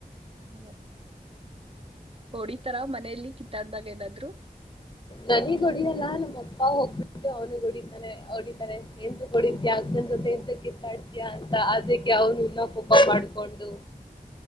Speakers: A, on the right; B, on the left.
A: ಮೂ ಹೊಡಿತರ ಮನೆಯಲ್ಲಿ ಕಿತ್ತಾಡ್ದಾಗ ಏನಾದ್
B: ನನೀಗ್ ಹೊಡಿಯಲ್ಲ ನಮ್ಮತ್ತ ಅ ಹೋಗ್ಬಿಟ್ಟು ಅವ್ನುಗೆ ಹೊಡಿತಾನೆ ಹೊಡಿತಾನೆ ಹೆಂಧಕ್ಕೆ ಹೊಡಿಥಿಯಾ ಅಗ್ನ್ ಜೊತೆ ಎಂತ ಕಿತ್ತಾಡ್ತಿಯ ಅಂತ ಅದಕ್ಕೆ ಅವ್ನು ಇನ್ನ ಕೋಪ ಮಾಡ್ಕೊಂಡು